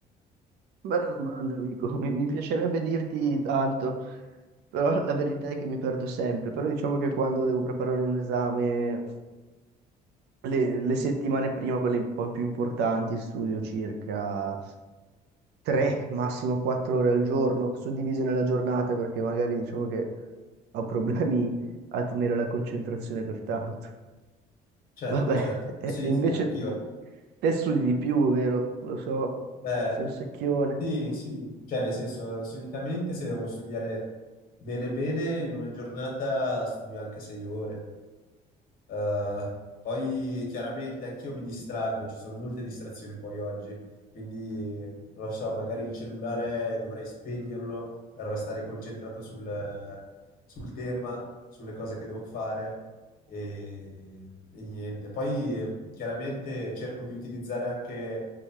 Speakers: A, on the right; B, on the left.
A: Bella domanda, amico. Mi, mi piacerebbe dirti tanto, però la verità è che mi perdo sempre. Però diciamo che quando devo preparare un esame, le, le settimane prima, quelle un po' più importanti, studio circa 3, massimo 4 ore al giorno, suddivise nella giornata, perché magari diciamo che ho problemi a tenere la concentrazione per tanto.
B: Certo,
A: Vabbè,
B: certo.
A: e
B: Eh, Sì,
A: e invece
B: sì, anch'io.
A: te studi di più, vero? Lo so,
B: Beh,
A: sei un secchione.
B: sì, sì, cioè nel senso, solitamente se devo studiare bene bene, in una giornata studio anche sei ore. Eh, poi chiaramente anch'io mi distraggo, ci sono molte distrazioni poi oggi, quindi non lo so, magari il cellulare dovrei spegnerlo per restare concentrato sul, sul tema, sulle cose che devo fare e, e niente. Poi eh, chiaramente cerco di utilizzare anche,